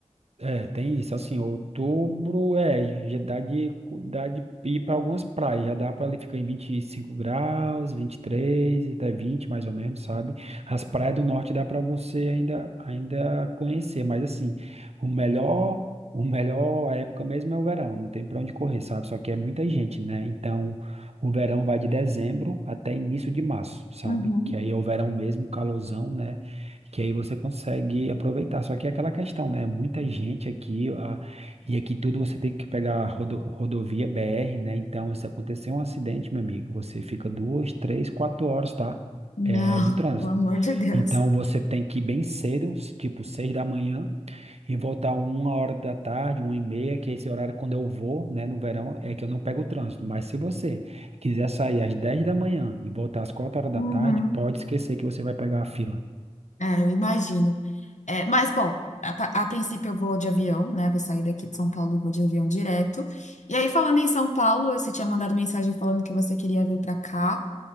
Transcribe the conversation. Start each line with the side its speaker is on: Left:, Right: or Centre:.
Right: É, tem isso, assim, outubro, é, já dá de, dá de ir para algumas praias, já dá para ele ficar em 25 graus, 23 até 20 mais ou menos, sabe? As praias do norte dá para você ainda, ainda conhecer, mas assim, o melhor, o melhor época mesmo é o verão, não tem para onde correr, sabe? Só que é muita gente, né? Então, o verão vai de dezembro até início de março, sabe?
Left: Uhum.
Right: Que aí é o verão mesmo, calorzão, né? que aí você consegue aproveitar. Só que é aquela questão, né? Muita gente aqui, a- e aqui tudo você tem que pegar rodo- rodovia BR, né? Então, se acontecer um acidente, meu amigo, você fica duas, três, quatro horas, tá?
Left: Não,
Right: É, no trânsito.
Left: pelo amor de Deus.
Right: Então, você tem que ir bem cedo, s- tipo seis da manhã, e voltar uma hora da tarde, uma e meia, que é esse horário quando eu vou, né, no verão, é que eu não pego o trânsito. Mas se você quiser sair às 10 da manhã e voltar às 4 horas da
Left: Uhum.
Right: tarde, pode esquecer que você vai pegar a fila.
Left: É, eu imagino. É, mas, bom, a, pa- a princípio eu vou de avião, né? Vou sair daqui de São Paulo e vou de avião direto. E aí, falando em São Paulo, você tinha mandado mensagem falando que você queria vir para cá